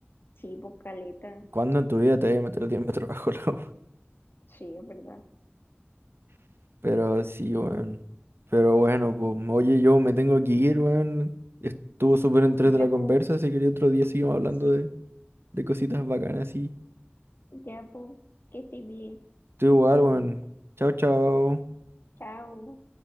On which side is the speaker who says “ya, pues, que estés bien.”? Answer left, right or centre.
Left